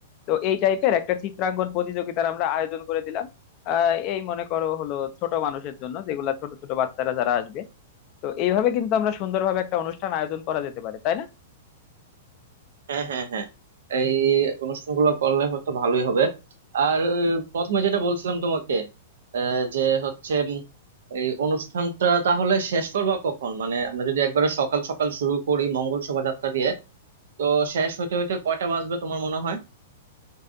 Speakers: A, on the left (about 40°); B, on the right (about 75°).
A: তো এই টাইপের একটা চিত্রাঙ্কন প্রতিযোগিতার আমরা আয়োজন করে দিলাম আহ, এই মনে করো হলো ছোট মানুষের জন্য যেগুলা ছোট ছোট বাচ্চারা যারা আসবে তো এইভাবে কিন্তু আমরা সুন্দরভাবে একটা অনুষ্ঠান আয়োজন করা যেতে পারে তাই না
B: হ্যাঁ হ্যাঁ হ্যাঁ এই অনুষ্ঠানগুলো করলে হয়তো ভালোই হবে আর আহ, প্রথমে যেটা বলছিলাম তোমাকে আহ, যে হচ্ছে উম, এই অনুষ্ঠানটা তাহলে শেষ করবা কখন মানে আমরা যদি একবারে সকাল সকাল শুরু করি মঙ্গল শোভাযাত্রা দিয়ে তো শেষ হইতে হইতে কয়টা বাজবে তোমার মনে হয়